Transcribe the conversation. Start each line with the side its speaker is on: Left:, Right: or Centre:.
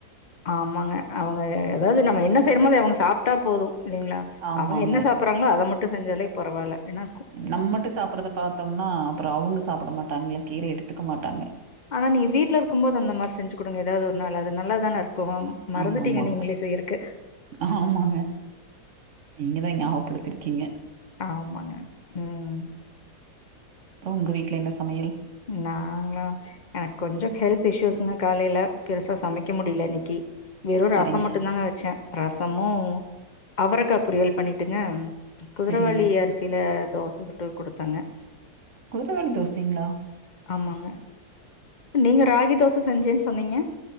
Left: ஆமாங்க அவங்க எ அதாவ்து நம்ம என்ன செய்றமோ அத அவங்க சாப்ட்டா போது இல்லைங்ளா
Right: ஆமாங்க.
Left: அவங்க என்ன சாப் புறாங்களோ அத மட்டு செஞ்சாலே பரவால்ல என்ன
Right: நம் மட்டு சாப்றத பாத்தோம்னா அப்றோ அவங்க சாப்ட மாட்டாங்கல்ல கீர எடுத்துக்க மாட்டாங்க
Left: ஆனா நீங்க வீட்ல இருக்கும்போது அந்த மாரி செஞ்சி குடுங்க எதாவ்து ஒரு நாள் அது நல்லாதானே இருக் கும் மறந்துட்டீங்க
Right: ஆமாம் ஆமாங்க
Left: நீங்களே செய்யருக்கு
Right: ஆமாங்க நீங்கதா நியாவப்படுத்திருக்கீங்க
Left: ஆமாங்க ம்
Right: அப்றோ உங்க வீட்ல என்ன சமையல்
Left: நாங்ளா எனக் கொஞ்சொ ஹெல்த் இஷ்யூஸ்ங்க காலைல பெருசா சமைக்க முடில இன்னைக்கு வெறு
Right: சரிங்க
Left: ரசம் மட்டுந்தாங்க வச்சே ரசமு அவரக்கா பொரியல் பண்ணிட்டுங்க குதிரவாலி
Right: சரிங்க
Left: அரிசில தோச சுட்டு குடுத்தங்க
Right: குதிரவாலி தோசைங்ளா
Left: ஆமாங்க நீங்க ராகி தோச செஞ்சேன் சொன்னீங்க